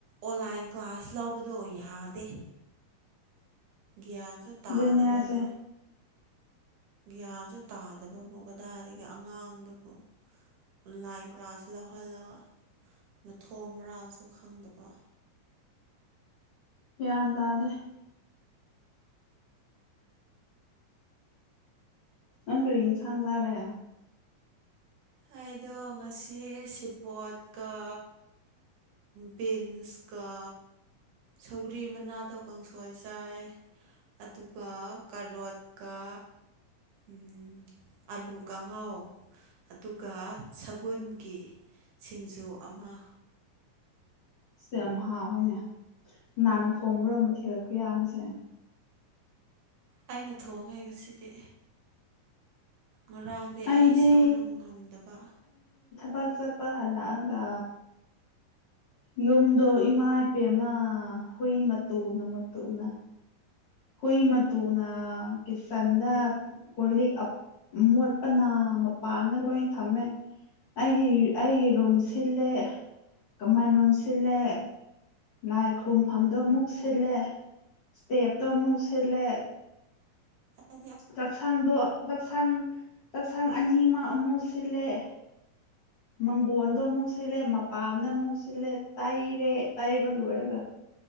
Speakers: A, on the right; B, on the left.
A: ꯑꯣꯟꯂꯥꯏꯟ ꯒꯥꯁ ꯂꯧꯕꯗꯣ ꯌꯥꯗꯦ ꯒ꯭ꯌꯥꯟꯁꯨ ꯇꯥꯗꯕꯗꯣ
B: ꯑꯗꯨꯅꯤ ꯍꯥꯏꯁꯦ
A: ꯒ꯭ꯌꯥꯟꯁꯨ ꯇꯥꯗꯕꯕꯨ ꯀꯗꯥꯏꯗꯒꯤ ꯑꯉꯥꯡꯗꯨꯕꯨ ꯑꯣꯟꯂꯥꯏꯟ ꯀ꯭ꯂꯥꯁ ꯂꯧꯍꯜꯂꯒ ꯃꯊꯣ ꯃꯔꯥꯡꯜꯁꯨ ꯈꯪꯗꯕ
B: ꯌꯥ ꯇꯗ ꯑꯪ ꯀꯔꯤꯅ ꯁꯥꯡꯖꯥꯔꯦ
A: ꯑꯩꯗꯣ ꯉꯁꯤ ꯁꯤꯕꯣꯠꯀ ꯕꯤꯤꯟꯁꯀꯥ ꯁꯧꯒ꯭ꯔꯤ ꯃꯅꯥꯗꯣ ꯀꯥꯡꯁꯣꯏ ꯆꯥꯏ ꯑꯗꯨꯒ ꯀꯔꯣꯠꯀ ꯎꯝ ꯑꯜꯂꯨ ꯀꯥꯡꯪꯍꯥꯎ ꯑꯗꯨꯒ ꯁꯒꯣꯜꯒꯤ ꯁꯤꯡꯖꯨ ꯑꯃ
B: ꯁꯤ ꯌꯥꯝ ꯍꯥꯎꯋꯏꯅꯦ ꯅꯥꯟꯅ ꯊꯣꯕꯔꯣꯝ ꯃ ꯊꯦꯔꯛ ꯈꯨꯌꯥ ꯑꯃꯁꯁꯦ
A: ꯑꯩꯅ ꯊꯣꯡꯉꯦ ꯉꯁꯤꯗꯤ ꯉꯔꯥꯡꯗꯤ
B: ꯑꯩꯗꯤ
A: ꯑꯩ ꯏꯁꯥꯗꯣ ꯉꯝꯗꯕ
B: ꯆꯄꯥ ꯆꯄ ꯍꯜꯂꯑꯒ ꯌꯨꯝꯗꯣ ꯏꯃꯥ ꯏꯄꯦꯃ ꯍꯨꯏ ꯃꯇꯨꯅ ꯃꯇꯨꯅ ꯍꯣꯏ ꯃ ꯇꯨꯡꯅ ꯀ ꯆꯟꯗ ꯀꯂꯤ ꯃꯣꯠꯄꯅ ꯃꯄꯥꯟꯅ ꯂꯣꯏ ꯊꯝꯃꯦ ꯑꯩꯒꯤ ꯑꯩꯒꯤ ꯔꯨꯝ ꯁꯤꯜꯂꯦ ꯀꯃꯥꯟ ꯔꯨꯝ ꯁꯤꯜꯂꯦ ꯂꯥꯏ ꯈꯨꯔꯨꯝꯐꯝꯗꯣ ꯑꯃꯨꯛ ꯁꯤꯜꯂꯦ ꯏꯁꯇꯦꯞꯇꯣ ꯑꯃꯨꯛ ꯁꯤꯜꯂꯦ
A: ꯑꯩꯗꯤ
B: ꯆꯥꯛꯁꯥꯡꯗꯣ ꯆꯥꯛꯁꯥꯡ ꯆꯥꯛꯁꯥꯡ ꯑꯅꯤ ꯑꯃ ꯑꯃꯨꯛ ꯁꯤꯜꯂꯦ ꯃꯪꯒꯣꯜꯗꯣ ꯑꯃꯨꯛ ꯁꯤꯜꯂꯦ ꯃꯄꯥꯟꯗ ꯑꯃꯨꯛ ꯁꯤꯜꯂꯦ ꯇꯩꯔꯦ ꯇꯩꯕ ꯂꯣꯏꯔꯒ